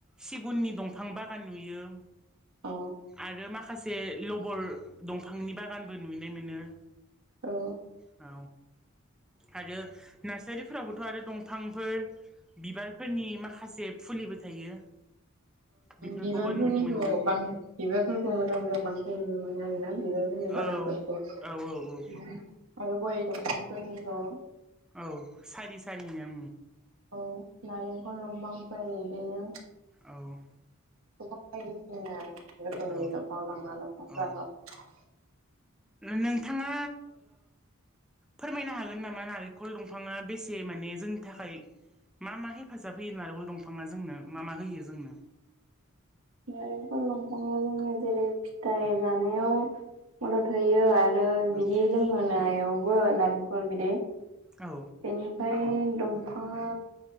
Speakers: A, in the centre; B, on the right.
A: सिगुननि दंफां बागान नुयो
B: अ
A: आरो माखासे लबर दंफांनि बागानबो नुनाय मोनो
B: औ
A: औ आरो नार्सारिफोरावबोथ' आरो दंफांफोर बिबारफोरनि माखासे फुलिबो थायो बेफोरखौबो
B: बिबारफोरनिखौ
A: नुनो मोनदों
B: बिबारफोरखौ मोजां मोजां बांसिन नुनो मोनो आरोना बिबारफोरनि
A: औ
B: बागानफोरफोरखौ
A: औ औ औ
B: आरो गय दंफांफोरनिखौ
A: औ सारि सारिनो
B: औ नारेंखल दंफांफोर बिदिनो
A: औ
B: <unintelligible> रोखोमनि
A: औ
B: दंफां दंना दंफांफोराथ'
A: औ नोंथाङा फोरमायनो हागोन नामा नारेंखल दंफाङा बेसे माने जोंनि थाखाय मा मा हेफाजाब होयो नारिखल दंफाङा जोंनो मा मा होयो जोंनो?
B: <inaudible> नारेंखल दंफाङाव जोंना जेरै फिथाइ जानायाव मदद होयो आरो आरो
A: औ
B: बिदि लोंहोनायावबो नारेंखल बिदै
A: औ
B: बेनिफ्राय दंफाङा